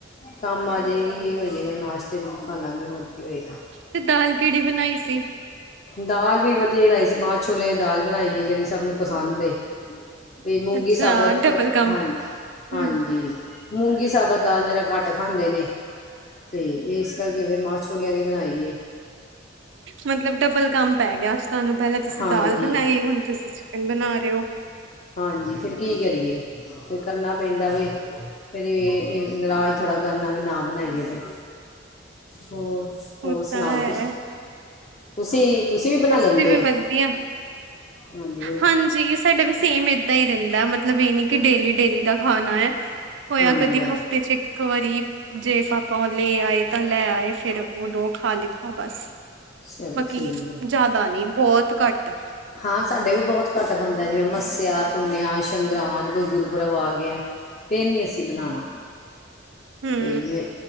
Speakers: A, on the left; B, on the right.
A: ਕੰਮ ਆ ਜਾਏਗੀ, ਇਹ ਹੋਜਏਗਾ, ਨਾਸ਼ਤੇ ਚ ਵੀ ਖਾ ਲਾਂਗੇ ਹੋਰ। ਕੀ ਹੋਏਗਾ
B: ਤੇ ਦਾਲ ਕਿਹੜੀ ਬਣਾਈ ਸੀ?
A: ਦਾਲ ਵੀ ਵਧੀਆ ਬਣਾਈ ਸੀ। ਮਾਂ- ਛੋਲਿਆਂ ਦੀ ਦਾਲ ਬਣਾਈ ਹੈ, ਜਿਹੜੀ ਸਭ ਨੂੰ ਪਸੰਦ ਏ। ਵੀ ਮੂੰਗੀ
B: ਅੱਛਾ
A: ਸਾਬਤ
B: ਡਬਲ ਕੰਮ
A: ਹਾਂਜੀ, ਹਾਂਜੀ।
B: ਹੂੰ,
A: ਮੂੰਗੀ ਸਾਬਤ ਦਾਲ ਜ਼ਰਾ ਘੱਟ ਖਾਂਦੇ ਨੇ। ਤੇ ਇਸ ਕਰਕੇ ਫਿਰ, ਮਾਂ ਛੋਲਿਆਂ ਦੀ ਬਣਾਈ ਏ।
B: ਮਤਲਬ ਡਬਲ ਕੰਮ ਪੈ ਗਿਆ ਅੱਜ ਤੁਹਾਨੂੰ, ਪਹਿਲਾਂ ਤੁਸੀਂ
A: ਹਾਂਜੀ
B: ਦਾਲ ਬਣਾਈ, ਹੁਣ ਤੁਸੀਂ ਚਿਕਨ ਬਣਾ ਰਹੇ ਹੋ।
A: ਹਾਂਜੀ। ਫਿਰ ਕੀ ਕਰੀਏ? ਫਿਰ ਕਰਨਾ ਪੈਂਦਾ ਵੇ। ਫੇਰ, ਇਹ ਨਰਾਜ ਥੋੜਾ ਕਰਨਾ, ਵੀ ਨਾ ਬਣਾਈਏ ਤੇ। ਹੋਰ -ਹੋਰ
B: ਉਹ ਤਾਂ
A: ਸੁਣਾਓ
B: ਹੈ,
A: ਤੁਸੀਂ? ਤੁਸੀਂ- ਤੁਸੀਂ ਵੀ ਬਣਾ
B: ਅੱਸੀ
A: ਲੈਂਦੇ
B: ਵੀ
A: ਹੋ।
B: ਵਧੀਆ
A: ਹਾਂਜੀ ਤੇ
B: ਹਾਂਜੀ। ਸਾਡਾ ਵੀ ਸੇਮ ਏਦਾਂ ਹੀ ਰਹਿੰਦਾ। ਮਤਲਬ ਮਤਲਬ ਇਹ ਨੀ ਕਿ, ਡੇਲੀ- ਡੇਲੀ ਦਾ ਖਾਣਾ ਹੈ, ਹੋਇਆ
A: ਹਾਂਜੀ
B: ਕਦੀ
A: ਹਾਂਜੀ
B: ਹਫ਼ਤੇ ਚ ਇਕ ਇੱਕ ਵਾਰੀ ਜੇ ਪਾਪਾ ਲੈ ਆਏ, ਤਾਂ ਲੈ ਆਏ, ਫੇਰ ਉਦੋਂ ਖਾ ਲਿੱਤਾ ਬਸ।
A: ਚਲੋ
B: ਬਾਕੀ
A: ਠੀਕ ਹੈ
B: ਜ਼ਿਆਦਾ ਨੀ, ਬਹੁਤ ਘੱਟ।
A: ਹਾਂ ਸਾਡੇ ਵੀ ਬਹੁਤ ਘੱਟ ਬੰਣਦਾ, ਜਿਵੇਂ ਮੱਸਿਆ ਪੁੁੰਨਿਆ ਸੰਗਰਾਂ ਕੋਈ ਗੁਰਪ੍ਰਬ ਆ ਗਯਾ ਐ ਫੇਰ ਨੀ ਅਸੀਂ ਬਣਾਉਣਾ,
B: ਹੂੰ
A: ਬਈ ਜਿਵੇਂ